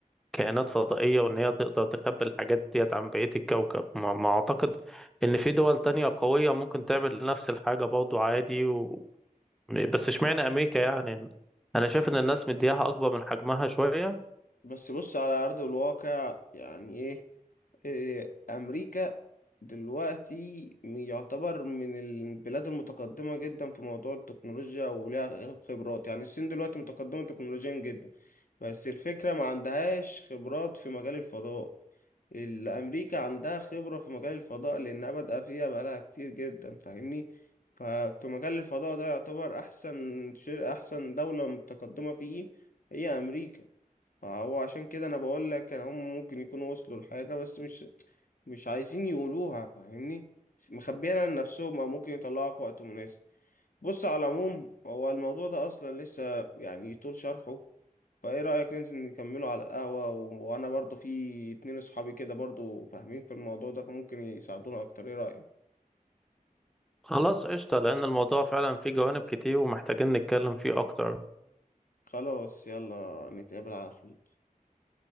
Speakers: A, in the centre; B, on the left.
A: كائنات فضائية وإن هي تقدر تخبي الحاجات ديت عن بقية الكوكب ما ما أعتقد إن في دول تانية قوية ممكن تعمل نفس الحاجة برضو عادي و... بس اشمعنى أمريكا يعني أنا شايف إن الناس مدياها أكبر من حجمها شوية
B: بس بص على أرض الواقع يعني إيه إيه، أمريكا دلوقتي يعتبر من البلاد المتقدمة جدا في موضوع التكنولوجيا وليها خبرات يعني الصين دلوقتي متقدمة تكنولوجيا جدا بس الفكرة ما عندهاش خبرات في مجال الفضاء الأمريكا عندها خبرة في مجال الفضاء لأنها بادئة فيها بقالها كتير جدا فاهمني ففي مجال الفضاء ده يعتبر أحسن شيء أحسن دولة متقدمة فيه هي أمريكا فهو عشان كده انا بقول لك ان هم ممكن يكونوا وصلوا لحاجة بس مش مش عايزين يقولوها فاهمني مخبيينها لنفسهم او ممكن يطلعوها في وقت مناسب بص على العموم هو الموضوع ده اصلا لسه يعني يطول شرحه فايه رأيك ننزل نكمله على القهوة و... وانا برضو في اتنين اصحابي كده برضو فاهمين في الموضوع ده فممكن يساعدونا اكتر ايه رأيك
A: خلاص قشطة لأن الموضوع فعلا فيه جوانب كتير ومحتاجين نتكلم فيه أكتر
B: خلاص يلا نتقابل على خير